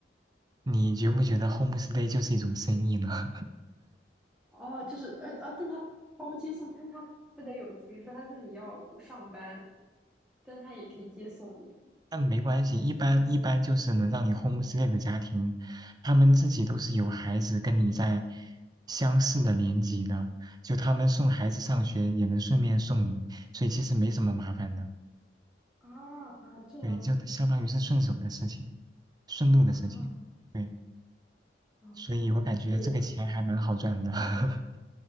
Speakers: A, on the right; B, in the centre.
A: 你觉不觉得 homestay 就是一种生意呢？
B: 哦，就是呃呃，但他包接送，但他不得有，比如说他自己要上班，但他也可以接送你
A: 但没关系，一般一般就是能让你 homestay 的家庭，他们自己都是有孩子跟你在相似的年级的，就他们送孩子上学也能顺便送你，所以其实没什么麻烦的。
B: 啊啊，这样子。
A: 对，就相当于是顺手的事情，顺路的事情。
B: 啊
A: 对，
B: 哦，
A: 所以我感觉这个钱还蛮好赚的。
B: 原来是这样
A: <laughs>